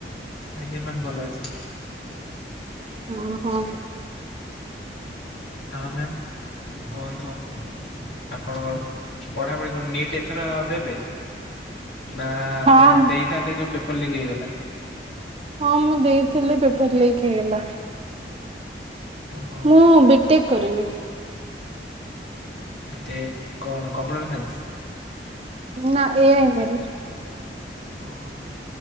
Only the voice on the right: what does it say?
ଓଁ ହୋ।
ହଁ
ହଁ ମୁଁ ଦେଇଥିଲି ପେପର ଲିକ୍ ହେଇଗଲା।
ମୁଁ ବିଟେକ୍ କରିବି।
ନା ଏ ଆଇ ଏମ୍ଏଲ୍।